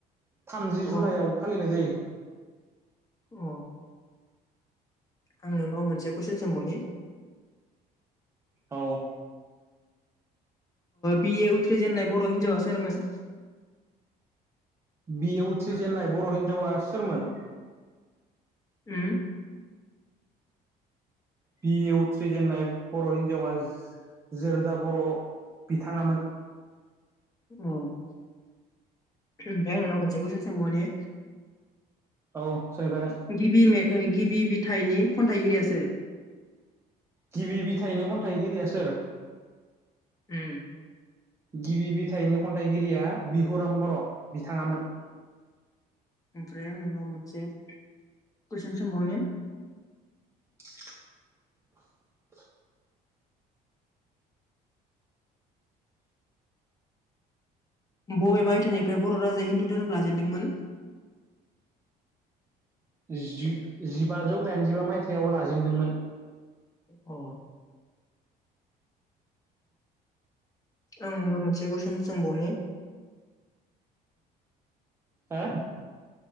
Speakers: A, on the right; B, on the left.
A: थामजि जुलाइआव
B: अ
A: फालिनाय जायो।
B: औ। आं नोंनाव मोनसे कुइसन सोंबावनि?
A: औ।
B: बि ए उथ्रिजेननाय बर' हिनजावा सोरमोन?
A: बि ए उथ्रिजेनन्नाय बर' हिनजावा सोरमोन?
B: उम
A: बि ए उथ्रिजेननाय बर' हिनजावा जोरोदा बर' बिथाङामोन।
B: उम ओमफ्राय आं नोंनाव मोनसे कुइसन सोंबावनि?
A: औ सोंजागोन
B: गिबि मे ओं गिबि - फिथाइनि खन्थाइगिरिया सोर?
A: गिबिथाइनि खन्थाइगिरिया सोर?
B: उम
A: गिबि बिथाइनि खन्थाइगिरिया बिहुराम बर' बिथाङामोन।
B: ओमफ्राय आं नोंनाव मोनसे कुइसन सोंबावनो?
A: <inaudible>
B: बबे मायथाइनिफ्राय बर' राजाया हिन्दु धोरोम लाजेनदोंमोन?
A: <inaudible> जि जिबाजौ दाइनजिबा मायथाइाव लाजेनदोंमोन।
B: अ आं नोंनाव मोनसे कुइसन सोंबावनि
A: हो?